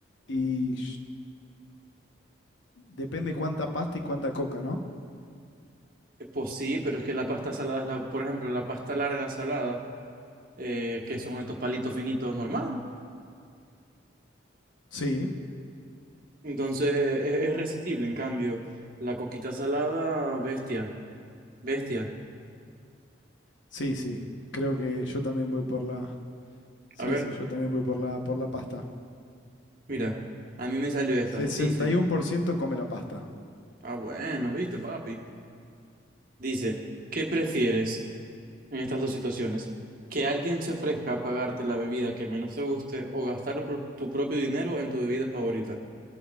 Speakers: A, on the left (about 80°); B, on the right (about 45°).
A: Y depende cuánta pasta y cuánta coca, ¿no?
B: Eh, Pues sí, pero es que la pasta salada es la, por ejemplo, la pasta larga salada, eh, que son estos palitos finitos normal.
A: Sí,
B: Entonces eh, es, es resistible, en cambio, la coquita salada, bestia, bestia.
A: sí, sí. Creo que yo también voy por la. Sí,
B: A ver,
A: sí, yo también voy por la, por la pasta.
B: mira, a mí me salió esta.
A: Sesenta
B: Dice,
A: y uno por ciento come la pasta.
B: ah, bueno, viste, papi. Dice, ¿qué prefieres en estas dos situaciones? ¿Que alguien se ofrezca a pagarte la bebida que menos te guste o gastar pro- tu propio dinero en tu bebida favorita?